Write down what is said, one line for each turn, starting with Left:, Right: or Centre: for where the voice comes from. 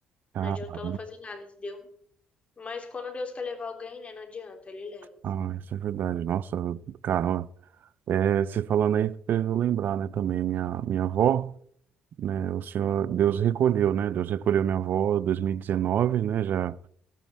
Right: Caramba.
Left: não adiantou ela fazer nada, entendeu? Mas quando Deus quer levar alguém, né? Não adianta, ele leva.
Right: Ah, isso é verdade. Nossa, caramba. É, você falando aí fez eu lembrar, né, também. Minha, minha avó. né? O Senhor, Deus recolheu, né? Deus recolheu minha avó em 2019, né? Já,